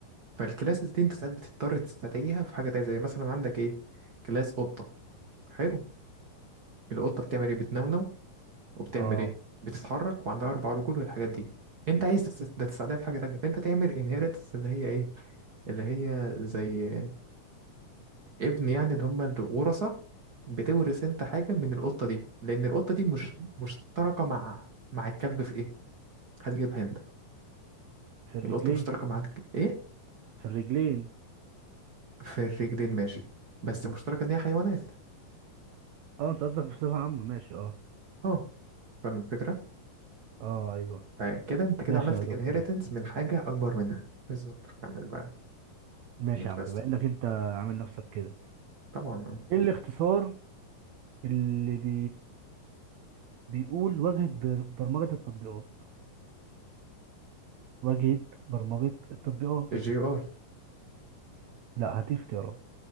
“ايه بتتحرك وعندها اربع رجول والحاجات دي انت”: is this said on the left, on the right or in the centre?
Right